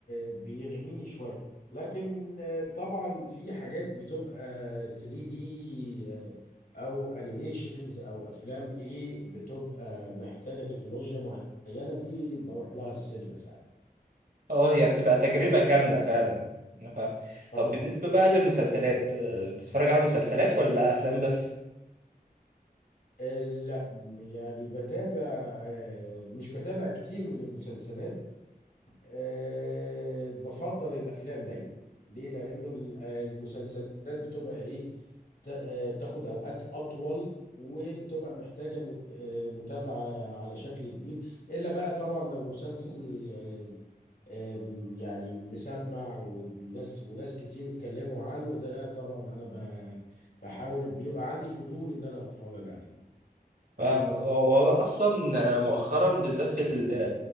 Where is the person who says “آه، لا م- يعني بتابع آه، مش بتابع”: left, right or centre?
Left